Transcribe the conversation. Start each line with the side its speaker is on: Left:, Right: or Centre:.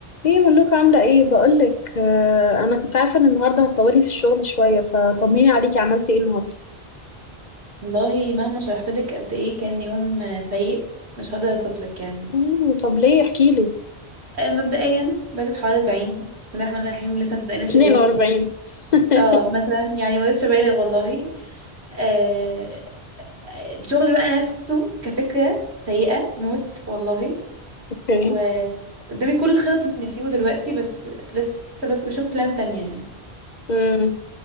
Left: ايه ملوك عاملة ايه بقولك آه انا كنت عارفة ان النهاردة هتطولي في الشغل شوية فطمني عليكي عملتي ايه النهاردة
Right: والله مهما شرحت لك قد ايه كان يوم آه، سيء مش هقدر اوصف لك يعني
Left: أوه، طب ليه احكيلي
Right: آه، مبدئيا درجة حرارة 40 بسم الله الرحمن الرحيم لسه مبدأناش
Left: 42
Right: اليوم
Left: <laughs>
Right: اه مثلا يعني ما رضيتش ابالغ والله آه آه، الشغل بقى نفسه كفكرة سيئة موت والله
Left: اوكي
Right: وقدامي كل الخطط اني اسيبه دلوقتي بس لسه بس بشوف بلان تانية يعني
Left: امم